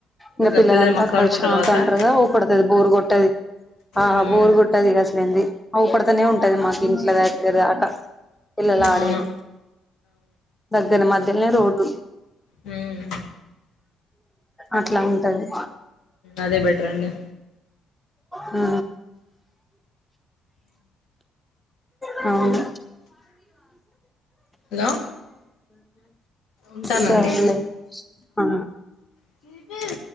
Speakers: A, in the centre; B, on the left.
A: ఇగ
B: ఇక
A: పిల్లలంతా
B: పిల్లలు మస్తు
A: అక్కడ
B: ఆడుకుంటారు
A: వచ్చి ఆడుతంటారుగా
B: కావచ్చా
A: అవుపడుతది బోరు కొట్టది ఆ
B: ఉమ్
A: బోరు కొట్టది అసలేంది అవుపడుతనే ఉంటది మాకు ఇంట్లో ఇక దాక పిల్లలాడేది
B: అవును
A: దగ్గర మధ్య త్తనే రోడ్డు
B: హ్మ్
A: అట్లా ఉంటది
B: అదే బెటర్ అండి
A: ఆ అవును
B: హలో ఉంటానండి
A: సర్లే ఆ
B: ఆ